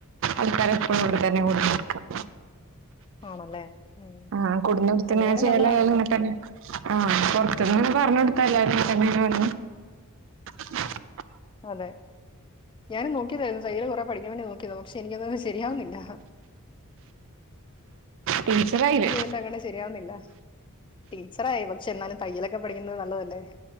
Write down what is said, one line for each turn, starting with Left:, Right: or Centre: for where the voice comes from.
Right: ആൾക്കാരെ ഫടെ തന്നെ കൊടി നക്കാം
Left: ആണല്ലേ ഉം
Right: ആഹ് കുടുന്ന വത്തി
Left: അങ്ങനെയാണെങ്കിൽ
Right: ഇങ്ങനെ ചേലയി
Left: നല്ലതാണ്
Right: നിന്നിട്ടാണ് <inaudible> ആഹ് പുറത്തന്ന്പറഞ്ഞടു
Left: ഉം
Right: ഇപ്പെ എല്ലാരും ഇങ്ങനെ തന്നെ <unintelligible>
Left: അതെ ഞാൻ നോക്കിയതായിരുന്നു തയ്ൽ കൊറെ പഠിക്കാൻ വേണ്ടി നോക്കിയതോ പക്ഷെ എനിക്കൊന്നും ശരിയാവുന്നില്ല
Right: ടീച്ചറായില്ലേ
Left: എന്ത് ചെയ്തിട്ടും അങ്ങട്ട് ശരിയാവുന്നില്ല ടീച്ചറായി ചെന്നാലും തയ്യലക്കെ പഠിക്കുന്നത് നല്ലതല്ലേ